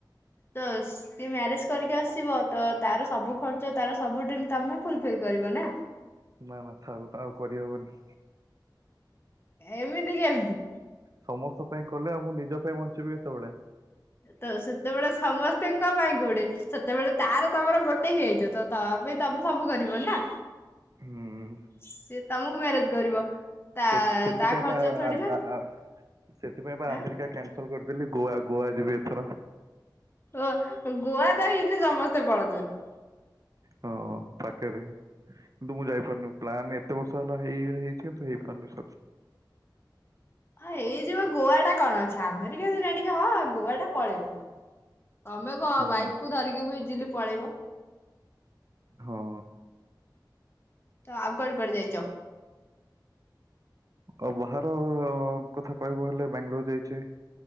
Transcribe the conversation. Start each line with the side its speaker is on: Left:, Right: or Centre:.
Left: ତ ସେ ମ୍ୟାରେଜ୍ କରିକି ଆସିବ ତ ତାର ସବୁ ଖର୍ଚ୍ଚ ତାର ସବୁ ଡ୍ରିମ୍ ତମେ ଫୁଲ୍ ଫିଲ୍ କରିବ ନା।
Right: ନା ନା ଥାଉ। ହେରା ଆଉ କରିହବନି।
Left: ଏମିତି କେମିତି?
Right: ସମସ୍ତ ପାଇଁ କଲେ ଆଉ ମୁଁ ନିଜ ପାଇଁ ବଞ୍ଚିବି କେତେବେଳେ।
Left: ତ ସେତେବେଳେ ସମସ୍ତଙ୍କ ପାଇଁ କୋଉଠେ ସେତେବେଳେ ତାର ତମର ଗୋଟେ ହେଇଯାଇଥ ତ ତା ପାଇଁ ତମେ ସବୁ କରିବ ନା।
Right: ହୁଁ
Left: ସିଏ ତମକୁ ମ୍ୟାରେଜ କରିବ। ତା
Right: ସେ ସେଥିପାଇଁ
Left: ତା ଖର୍ଚ୍ଚ
Right: ବା ଆର
Left: ଥୋଡି
Right: ଆର
Left: ନା
Right: ଆର ସେଥିପାଇଁ ବା
Left: ଆଁ
Right: ଆମେରିକା କେ ନସଲ କରିଦେଲି ଗୋଆ ଗୋଆ ଯିବି ଏଥର।
Left: ଓ ଗୋଆ ତ ଈନ୍ତି ସମସ୍ତେ ପଳଉଚନ୍ତି।
Right: ହଁ ପାଖରେ କିନ୍ତୁ ମୁଁ ଯାଇପାରୁନି ପ୍ଲାନ ଏତେ ବର୍ଷ ହେଲା ହେଇ ହେଇଚି କିନ୍ତୁ ହେଇପାରୁନି।
Left: ହଁ ହେଇଯିବ ଗୋଆ ଟା କଣ ଅଛି ଆମେରିକା ସିନା ଟିକେ ହଁ ଗୋଆ ଟା ପଳେଇବ। ତମେ କ
Right: ହୁଁ
Left: ୱାଇଫ୍ କୁ ଧରିକି ବି ଇଜିଲି ପଳେଇବ।
Right: ହଁ
Left: ତ ଆଉକୁଆଡେ କୁଆଡେ ଯାଇଚ?
Right: ଆଉ ବାହାର କଥା କହିବ ହେଲେ ବାଙ୍ଗାଲୋର ଯାଇଚି